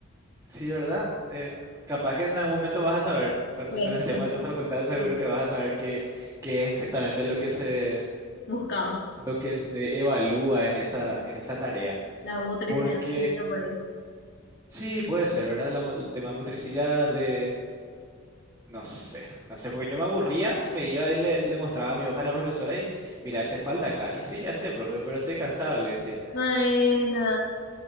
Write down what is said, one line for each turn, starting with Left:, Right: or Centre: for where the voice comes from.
Right: sí, ¿verdad? Te- capaz que en algún momento vas a saber, con,
Left: Sí,
Right: con el
Left: sí.
Right: tema de tu facultad seguro
Left: sí.
Right: que vas a saber qué, qué es exactamente lo que se,
Left: Buscaba
Right: lo que se evalúa en esa, en esa tarea.
Left: la motricidad
Right: Porque
Left: fina por ahí.
Right: sí, puede ser, ¿verdad? La mo- el tema de motricidad, de... No sé, no sé, porque yo me aburría y me iba y le, le mostraba mi hoja a la profesora y, mira, te falta acá. Y sí, ya sé, profe, pero estoy cansado, le decía.
Left: Maena.